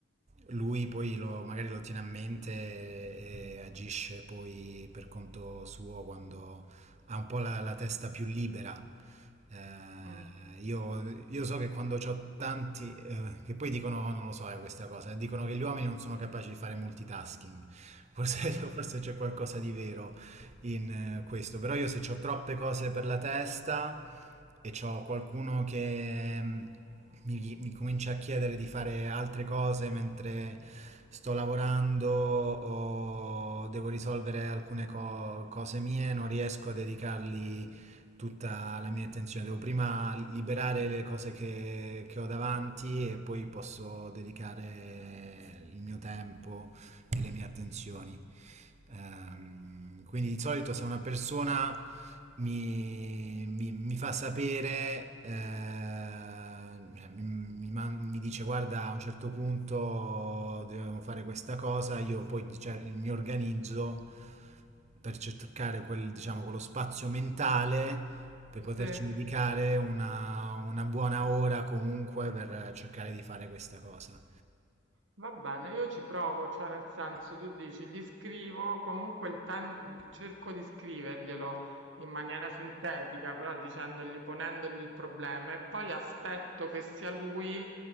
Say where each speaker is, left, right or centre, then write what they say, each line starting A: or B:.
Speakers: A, on the right (about 35°); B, on the right (about 70°).
A: lui poi lo- magari lo tiene a mente e agisce poi per conto suo quando ha un po' la, la testa più libera. Eh,
B: Mm,
A: io, io so che quando ho tanti, eh, che poi dicono, "Oh, non lo so, eh, questa cosa, dicono che gli uomini non sono capaci di fare multitasking. Forse, <laughs>
B: mm,
A: forse c'è qualcosa di vero in eh, questo, però io se ho troppe cose per la testa e ho qualcuno che mm, mi, mi comincia a chiedere di fare altre cose mentre sto lavorando o devo risolvere alcune co- cose mie, non riesco a dedicargli tutta la mia attenzione. Devo prima liberare le cose che, che ho davanti e poi posso dedicare il mio tempo e le mie attenzioni. Ehm, quindi di solito se una persona mi, mi- mi fa sapere, eh, cioè, mi, mi man- mi dice guarda a un certo punto dobbiamo fare questa cosa, io poi dice- mi organizzo per cercare quel, diciamo, quello spazio mentale per
B: sì.
A: poterci dedicare una, una buona ora comunque per cercare di fare questa cosa.
B: Va bene, io ci provo, cioè nel senso tu dici, gli scrivo, comunque il ten- cerco di scriverglielo in maniera sintetica, però dicendogli, ponendogli il problema e poi aspetto che sia lui